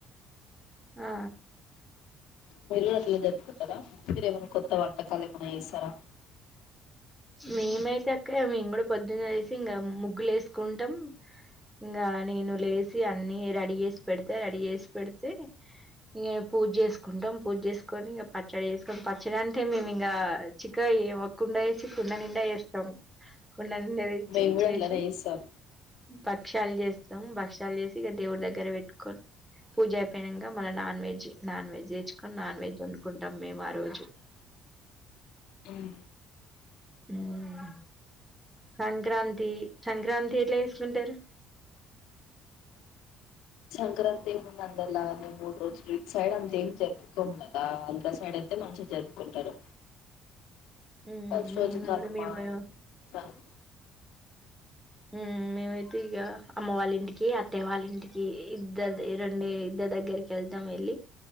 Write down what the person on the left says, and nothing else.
మీరు కూడా అట్లనే జరుపుకుంటారా, మీరేమైనా కొత్త వంటకాలు ఏమన్న చేస్తారా?
మేము కూడా
అట్లనే చేస్తాం
మ్
సంక్రాంతి ఏముందండి అలా మేం మూడు రోజులు, ఇటు సైడ్ అంతేం జరుపుకోము కదా ఆంధ్రా సైడ్ అయితె మంచిగ జరుపుకుంటారు.
ఫస్ట్ రోజు
కనుమ,
సన్